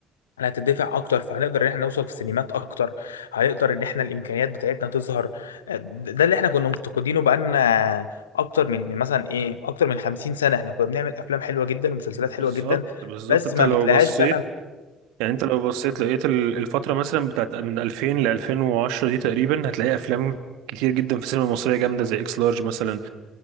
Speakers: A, on the left; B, on the right.
A: انا هتدفع اكتر فهنقدر ان احنا نوصل في سينمات اكتر هنقدر ان احنا الامكانيات بتاعتنا تظهر ده ده اللي احنا كنا مفتقدينه بقالنا اكتر من من مثلا ايه اكتر من 50 سنه احنا كنا بنعمل افلام حلوه جدا ومسلسلات
B: بالظبط
A: حلوه جدا
B: بالظبط
A: بس
B: انت
A: ما
B: لو
A: بتلاقيهاش
B: بصيت
A: بقى في...
B: يعني انت لو بصيت لقيت ال- الفترة مثلا بتاعت من 2000 ل 2010 دي تقريبا هتلاقي افلام كتير جدا في السينما المصرية جامدة زي اكس لارج مثلا